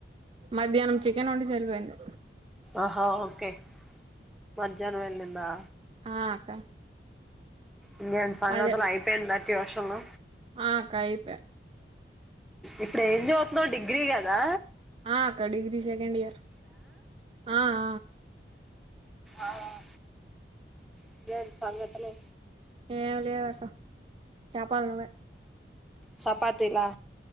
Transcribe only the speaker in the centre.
ఆహా ఓకే మజహ్నం వెళ్లిందా
ఇంగేటి సంగతులు
అయిపోయిందా ట్యూషను
ఇప్పుడు ఏం చద్వుతున్నావు డిగ్రీ గదా
ఆహ్ ఇంగేటి సంగతులూ
చెపాతీలా